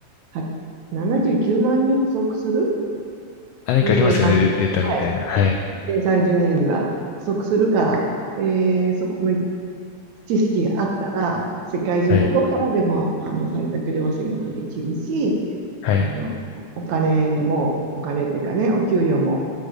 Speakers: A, on the right; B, on the left.
A: は79万人不足する
B: あ、なんかありますよね、
A: 2 0 3はい。
B: デデータみたいな。はい。
A: 2030年には不足するから、えーそこの知識があったら、世界中どこからでもあの在宅でお仕事できるし、
B: はい。はい。
A: あの、お金にも、お金っていうかね、お給料も